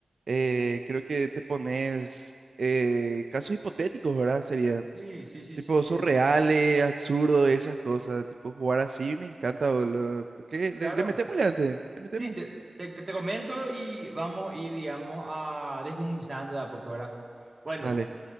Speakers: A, on the right (about 65°); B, on the right (about 35°).
A: eh, creo que te pones eh, casos hipotéticos, ¿verdad? Serían,
B: Sí, sí, sí,
A: tipo,
B: sí.
A: surreales,
B: eh,
A: absurdos, esas cosas, tipo, jugar así me encanta, boludo. ¿Por qué?
B: claro.
A: Le, le metemos, antes, le metemos.
B: Sí, te, te, te- te comento y vamos a ir, digamos, a desmenuzando de a poco, ¿verdad? Bueno,
A: Dale,